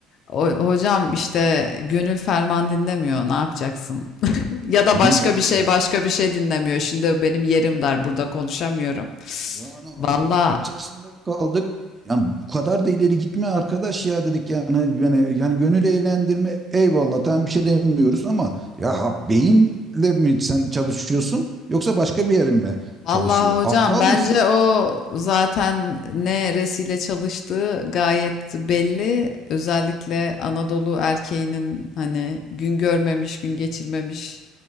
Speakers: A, on the left; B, on the right.
A: O- hocam işte gönül ferman dinlemiyor. Ne yapacaksın? <laughs> Ya da
B: İn-
A: başka bir şey
B: e,
A: başka bir şey dinlemiyor. Şimdi benim yerim dar burada konuşamıyorum.
B: Yani
A: Valla
B: hayretler içerisinde kaldık. Yani bu kadar da ileri gitme arkadaş ya dedik yani yani, yani gönül eğlendirme eyvallah tam bir şey demiyoruz ama ya ha- beyinle mi sen çalışıyorsun yoksa başka bir yerin mi
A: Vallahi
B: çalışıyor?
A: hocam
B: Aptal
A: bence
B: mısın?
A: o zaten ne resile çalıştığı gayet belli. Özellikle Anadolu erkeğinin hani gün görmemiş, gün geçirmemiş.